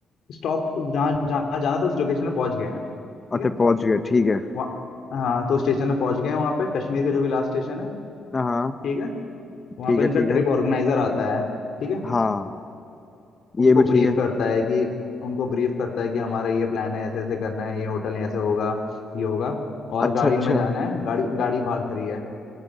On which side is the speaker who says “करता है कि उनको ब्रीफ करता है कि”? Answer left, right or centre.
Left